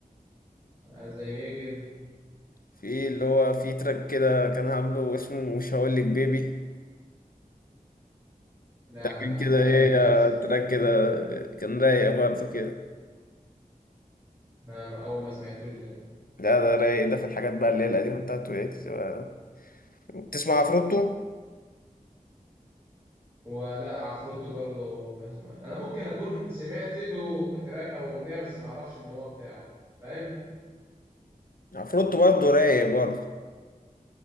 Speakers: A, on the right; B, on the left.
A: آه زي كده
B: في اللي هو في تراك كده كان عامله اسمه مش هقولك بيبي
A: لا
B: ده كان
A: لا
B: كده
A: غريب
B: ايه
A: ده
B: آه،
A: ما سمعت-
B: تراك كده آه، كان رايق برضه كده
A: ده أول ما سمعتوش ده
B: ده ده رايق ده في الحاجات بقى اللي هي القديمة بتاعته ويجز بقى. بتسمع عفروتو؟
A: ولا عفروتو برضه ما اسمع انا ممكن اكون سمعت له تراك او اغنيه بس ما اعرفش ان هو بتاعه فاهم
B: عفروتو برضه رايق برضه